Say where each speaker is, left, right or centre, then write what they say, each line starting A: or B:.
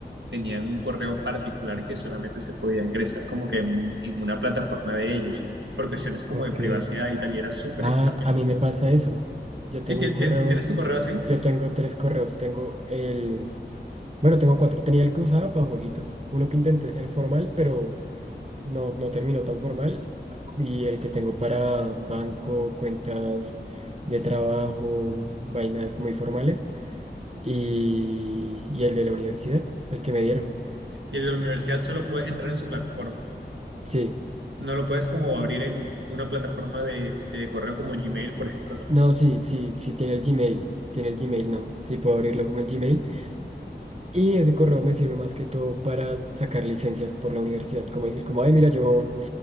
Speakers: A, on the right; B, on the right.
A: tenían un correo particular que solamente se podía ingresar como que en, en una plataforma de ellos, por cuestiones como
B: Ok.
A: de privacidad y tal, y era súper
B: Ah,
A: extraño.
B: a mí me pasa eso. Yo
A: Sí,
B: tengo
A: tien-
B: un correo,
A: tien- tienes tu correo así,
B: yo tengo tres correos. Tengo el, bueno, tengo cuatro. Tenía el que usaba para jueguitos. Uno que intenté ser formal, pero no, no terminó tan formal y el que tengo para banco, cuentas de trabajo, vainas muy formales y, y el de la universidad, el que me dieron.
A: y el de la universidad solo puedes entrar en su plataforma.
B: Sí,
A: No lo puedes como abrir en una plataforma de, de correo como Gmail, por ejemplo, ¿no?
B: no, sí, sí, sí tiene el Gmail, tiene el Gmail, no, sí puedo abrirlo como en Gmail y ese correo me sirve más que todo para sacar licencias por la universidad, como decir, como, ay, mira, yo...